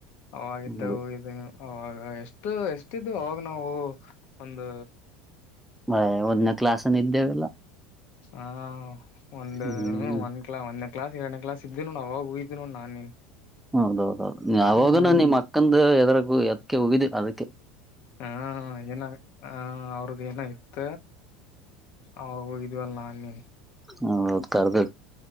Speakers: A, on the left; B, in the centre.
A: ಅವಾಗ್ ಇದ್ದಾಗ್
B: ಹೌದು
A: ಹೋಗಿದ್ ಅವಾಗ ಎಷ್ಟು ಎಷ್ಟಿದ್ವ ಅವಾಗ್ ನಾವು. ಒಂದು
B: ಬ್ಯಾ ಒಂದ್ನೆ ಕ್ಲಾಸನ್ ಇದ್ ಏನಿಲ್ಲ.
A: ಹ ಒಂದ
B: ಹ್ಮ್
A: ಒಂದ್ ಕಿಲೋ ಒಂದೆ. ಕ್ಲಾಸಿಗ್ ಎರಡ್ನೇ ಕ್ಲಾಸ್ ಇದಿವ್ ನೋಡ್ ಅವಾಗ ಊಹಿದ್ನೊ ನಾನ್ ನೀನ್.
B: ಹೌದೌದೌದು ಯಾವಾಗನ
A: ಹ್ಮ್
B: ನಿಮ್ ಅಕ್ಕಂದ ಎದ್ರ ಹು ಯದ್ಕೆ ಹೋಗಿದೆ ಅದ್ಕೆ.
A: ಹಾ ಏನ ಹ ಅವ್ರ್ದ ಏನ ಇತ್ತ. ಅವಾಗ್ ಹೋಗಿದ್ವಲ್ ನನ್ ನೀನ್.
B: ಹೊ ಹತ್ ಕರ್ದ